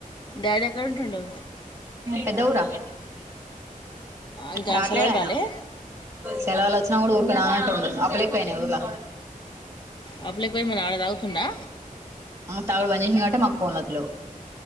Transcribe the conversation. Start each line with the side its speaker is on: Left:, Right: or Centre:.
Left: డాడీ ఎక్కడ ఉంటుండు
Right: పెద్ద ఊర
Left: ఇంకా
Right: రాట్లేడు
Left: అసలు వాళ్ళు
Right: ఆయన
Left: రాలే
Right: సెలవులు వచ్చినా కూడా ఊరికి రాను అంటుండు అప్పులు ఎక్కువైనాయి ఊర్ల
Left: అప్పులకి పోయి మరి ఆడ తాగుతుండా
Right: తాగుడు బంజేషిండు కాబట్టే మాకు పోన్ల అత్త లేవు